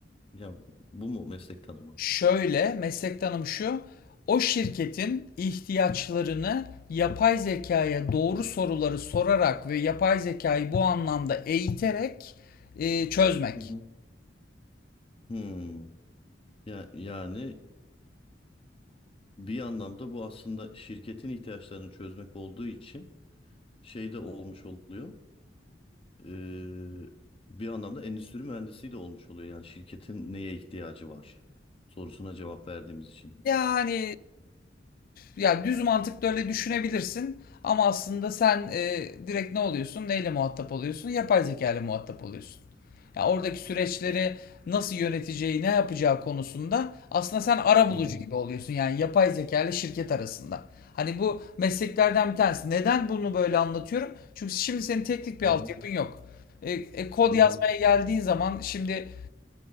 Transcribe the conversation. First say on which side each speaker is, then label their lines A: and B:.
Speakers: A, on the left; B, on the left.
A: ya bu mu meslek tanımı?
B: Şöyle, meslektanım şu, o şirketin ihtiyaçlarını yapay zekaya doğru soruları sorarak ve yapay zekayı bu anlamda eğiterek e, çözmek.
A: Hı hı. Hmm. Ya yani Bir anlamda bu aslında şirketin ihtiyaçlarını çözmek olduğu için şey de olmuş oluyor. Ee, bir anlamda endüstri mühendisi de olmuş oluyor. Yani şirketin neye ihtiyacı var sorusuna cevap verdiğimiz için.
B: Yani ya düz mantıkla öyle düşünebilirsin ama aslında sen e, direkt ne oluyorsun? Neyle muhatap oluyorsun? Yapay zeka ile muhatap oluyorsun. Ya oradaki süreçleri nasıl yöneteceği, ne yapacağı konusunda aslında sen arabulucu
A: Hı hı
B: gibi oluyorsun. Yani yapay zeka ile şirket arasında. Hani bu mesleklerden bir tanesi. Neden bunu böyle anlatıyorum? Çünkü şimdi senin teknik bir
A: hı
B: altyapın
A: hı
B: yok. E, e, kod
A: hı
B: yazmaya
A: hı.
B: geldiğin zaman şimdi